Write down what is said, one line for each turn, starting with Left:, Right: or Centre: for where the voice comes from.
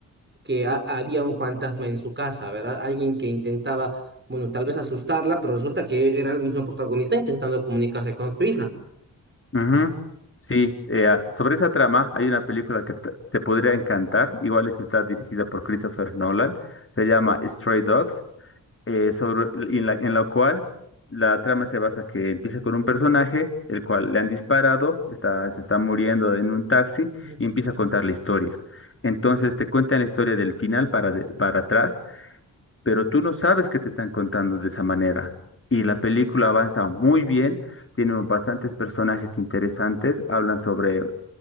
Right: que ha- había un fantasma en su casa, ¿verdad? Alguien que intentaba, bueno, tal vez asustarla, pero resulta que era el mismo protagonista intentando comunicarse con su hija.
Left: Ujú. Sí, eh, ah, sobre esa trama hay una película que te, te podría encantar, igual esta está dirigida por Christopher Nolan, se llama Stray Dogs, eh, sobre, en la, en la cual la trama se basa que empieza con un personaje, el cual le han disparado, está, se está muriendo en un taxi
Right: Ujú.
Left: y empieza a contar la historia. Entonces te cuentan la historia del final para, de- para atrás pero tú no sabes que te están contando de esa manera. Y la película avanza muy bien, tiene bastantes personajes interesantes, hablan sobre